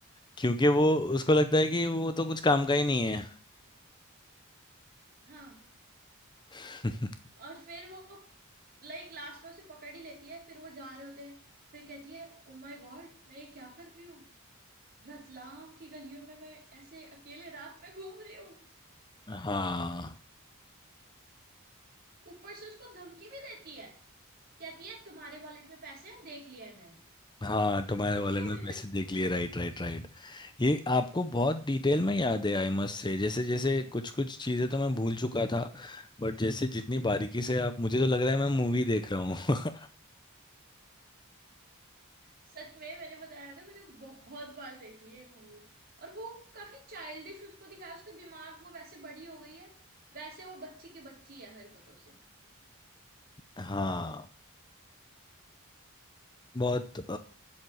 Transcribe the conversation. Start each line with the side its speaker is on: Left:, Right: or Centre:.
Left: क्योंकि वो उसको लगता है कि वो तो कुछ काम का ही नहीं है
Right: हाँ
Left: <laughs>
Right: और फिर वो लाइक लास्ट में उसे पकड़ ही लेती है फिर वो जा रहे होते हैं फिर कहती है ओ माय गॉड मैं ये क्या कर रही हूँ रतलाम की गलियों में मैं ऐसे अकेले रात में घूम रही हूँ
Left: हाँ
Right: ऊपर से उसको धमकी भी देती है कहती है तुम्हारे वॉलेट में पैसे हैं देख लिया है मैंने
Left: हाँ तुम्हारे वॉलेट
Right: <laughs>
Left: में पैसे देख लिए Right right right ये आपको बहुत डिटेल में याद है आई मस्ट से जैसे जैसे कुछ कुछ चीजें तो मैं भूल चुका था बट जैसे जितनी बारीकी से आप मुझे तो लग रहा है मैं मूवी देख रहा हूँ <laughs>
Right: सच में मैंने बताया ना मैंने बहुत बार देखी है मूवी और वो काफी चाइल्डिश उसको दिखाया उसका दिमाग वो वैसे बड़ी हो गई है वैसे वो बच्ची की बच्ची है हरकतों से
Left: हाँ बहुत